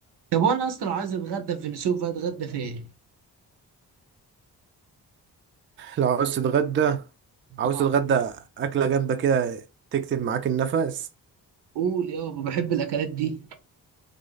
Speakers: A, on the right; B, on the right.
A: طب وانا يا اسطى لو عايز اتغدى في بني سويف بقى اتغدى فين؟
B: لو عاوز تتغدى عاوز
A: آه.
B: تتغدى اكله جامده كده تكتم معاك النفس
A: قول يابا بحب الاكلات دي